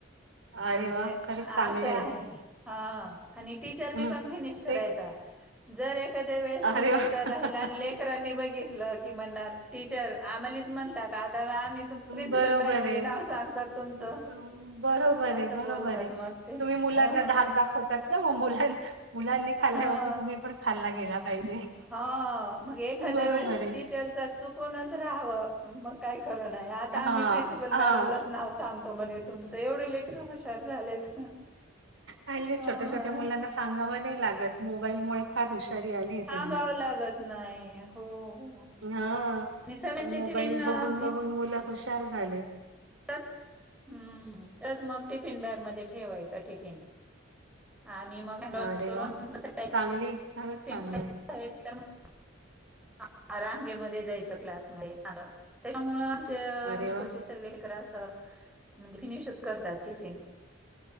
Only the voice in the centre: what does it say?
म्हणजे
असं
आहे. हा आणि टीचरनी
पण फिनिश करायचा
जर एक एखाद्या वेळेस
टीचर
सर राहिला. आणि लेकरांनी बघितलं की म्हणणार टीचर आम्हालाच म्हणतात. आता आमी प्रिन्सिपल
मॅडमली
नाव सांगतात तुमचं.
असं
बोलतात
मग ते
ह
ह
हा! मग एखाद्या
वेळेस
टीचर जर चुकूनच राहावं मग काही खरं नाही. आता
आम्ही प्रिन्सिपल
मॅडमलाच नाव सांगतो म्हणे. तुमचं एवढं लेकर हुशार झालंत
अ..
सांगावं
लागत नाही हो. आणि
सगळ्यांचे
टिफिन अ,
<inaudible> च हम्म, <inaudible> तरच मग टिफिन बॅग मध्ये ठेवायचा टिफिन. आणि मग हँड
वॉश करून
<unintelligible>
<inaudible> रांगेमध्ये जायच क्लास <inaudible> म त्याच्यामुळे <inaudible> हे
हिकडची
सगळं अस म्हणजे फिनिशच करतात. टिफिन...